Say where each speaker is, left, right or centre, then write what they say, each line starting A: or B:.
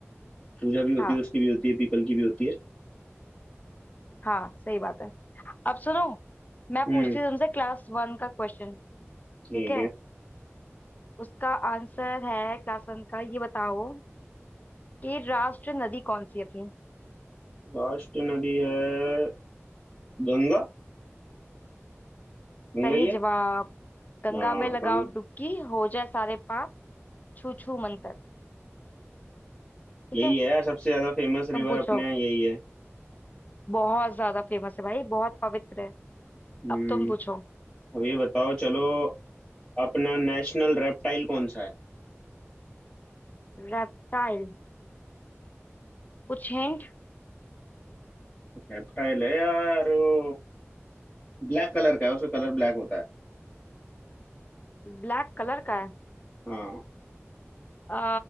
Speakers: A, on the left; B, on the left.
A: पूजा भी होती
B: हाँ
A: है उसकी भी होती है पीपल की भी होती है
B: हाँ सही बात है अब सुनो मैं
A: हम्म
B: पूछती हूँ तुमसे क्लास वन का क्वेश्चन
A: ठीक
B: ठीक है
A: है
B: उसका आंसर है क्लास वन का ये बताओ कि राष्ट्र नदी कौन सी है अपनी
A: राष्ट्र नदी है गंगा गंगा
B: सही
A: ही है
B: जवाब गंगा
A: हाँ
B: में लगाओ
A: कम
B: डुबकी हो जाए सारे पाप छू छू मंतर ठीक
A: यही
B: है
A: है यार सबसे ज्यादा फेमस
B: तुम
A: रिवर
B: पूछो
A: अपने यहाँ यही है
B: बहुत ज्यादा फेमस है भाई बहुत पवित्र है
A: हम्म
B: अब तुम पूछो
A: अब ये बताओ चलो अपना नेशनल रेप्टाइल कौन सा है
B: रेप्टाइल कुछ हिंट
A: रेप्टाइल है यार वो ब्लैक कलर का है उसका कलर ब्लैक होता है
B: ब्लैक कलर का है
A: हाँ
B: आ,